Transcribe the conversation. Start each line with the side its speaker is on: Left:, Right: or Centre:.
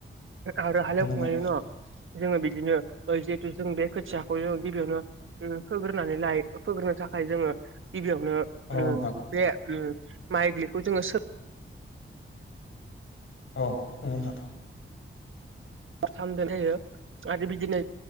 Right: आरो
Left: नोंथां
Right: हाल हेवखांनाय उनाव जोङो बिदिनो जिहेतु जों बे खोथियाखौ जे गिबियावनो ओम फोग्रोनानै लायो फोग्रोनो थाखाय जोङो गिबियावनो ओम
Left: औ नोंथां
Right: बे ओम माइग्लिखौ जोङो सो
Left: अ ओम नोंथां
Right: खालामनाय जायो आरो बिदिनो